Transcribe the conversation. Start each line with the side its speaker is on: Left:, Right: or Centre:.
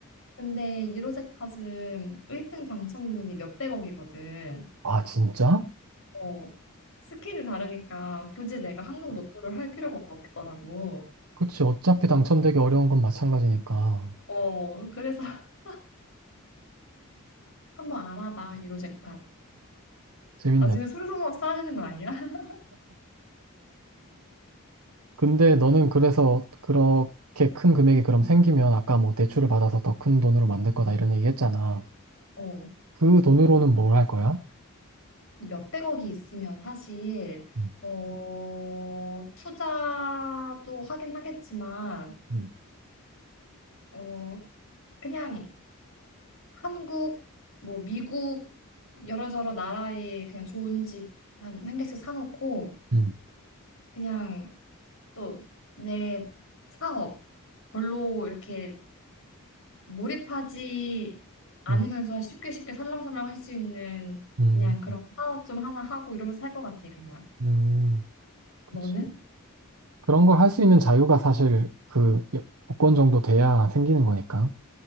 Left: 근데 유로 잭팟은 1등 당첨금이 몇백억이거든.
Right: 아, 진짜?
Left: 어, 스킬이 다르니까 굳이 내가 한국 로또를 할 필요가 없더라고.
Right: 그치. 어차피 당첨되기 어려운 건 마찬가지니까.
Left: 어, 그래서 <laughs> 한번 알아봐, 유로잭팟.
Right: 재밌네.
Left: 나중에 솔선수범 사아지는 거 아니야? <laughs>
Right: 근데 너는 그래서 그렇게 큰 금액이 그럼 생기면 아까 뭐 대출을 받아서 더 큰 돈으로 만들 거다 이런 얘기 했잖아.
Left: 어,
Right: 그 돈으로는 뭘 할 거야?
Left: 근데 몇백억이 있으면 사실,
Right: 음,
Left: 어, 투자도 하긴 하겠지만,
Right: 음,
Left: 어, 그냥 한국, 뭐 미국, 여러저러 나라에 그냥 좋은 집 한, 한 개씩 사놓고,
Right: 음,
Left: 그냥 또 내 사업, 별로 이렇게 몰입하지 않으면서
Right: 음,
Left: 쉽게 쉽게 설렁설렁 할 수 있는
Right: 음,
Left: 그냥 그런 사업 좀 하나 하고 이러면서 살 것 같아, 그냥.
Right: 음. 그치.
Left: 너는?
Right: 그런 걸 할 수 있는 자유가 사실 그 복권 정도 돼야 생기는 거니까.